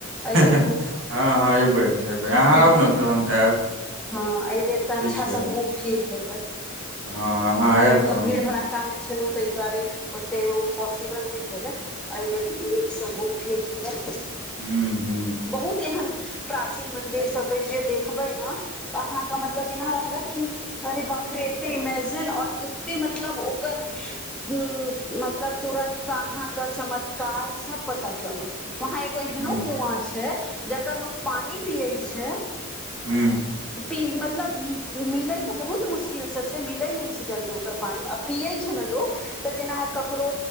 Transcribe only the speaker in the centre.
ए
बेर
एक
बेर।
हँ, एहि बेर तऽ
अच्छा
सँ घूम फिर लेबै,
ओहि
बेर
तऽ भीड़ भड़क्कामे। छलेलहुँ तऽ दुआरि ओते पसल नहि भेल, एहि बेर नीकसँ। फेर लत
बहुत एहन प्राचीन मन्दिर सभ अछि, जे देखबै ने। तऽ अहाँके मतलब एना रहत की? अरे बाप रे, एतेक इमेजिन आ एतेक मतलब ओकर। हूँ, मतलब तुरन्त कहाँके चमत्कार सभ। पता चलल, ओतऽ एगो एहनहुँ
कूप अछि, जकर लोक पानि पिबै छै।
मतलब, मिलै तऽ बहुत मुश्किलसँ छै, जल्दी नहि मिलै छै ओकर पानि। पिबै छै ने लोक तऽ, जेना ककरो।